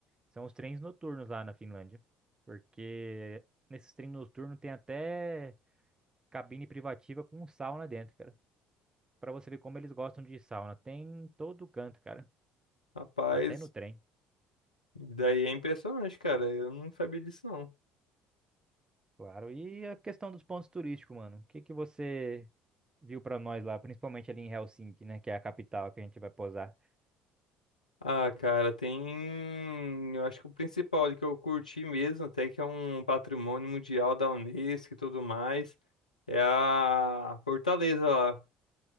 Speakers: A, on the right; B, on the left.
A: são os trens noturnos lá na Finlândia. Porque nesses trens noturnos tem até cabine privativa com sauna dentro, cara. Pra você ver como eles gostam de sauna. Tem em todo canto, cara.
B: Rapaz,
A: Até no trem,
B: daí é impressionante, cara. Eu não sabia disso, não.
A: claro. E a questão dos pontos turísticos, mano. O que que você viu pra nós lá, principalmente ali em Helsinki, né, que é a capital que a gente vai posar?
B: Ah, cara, tem. Eu acho que o principal ali que eu curti mesmo, até que é um patrimônio mundial da Unesco e tudo mais, é a Fortaleza lá.